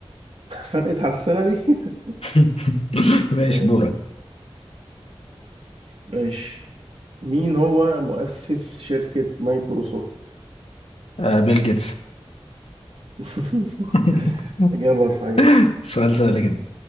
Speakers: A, on the right; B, on the left.
A: فرقة على السنة دي <laughs>
B: <laughs> ماشي
A: تمام.
B: دورك
A: ماشي مين هو مؤسس شركة مايكروسوفت؟
B: آه بيل جيتس
A: <laughs>
B: <laughs>
A: إجابة صحيحة
B: سؤال سهل جدا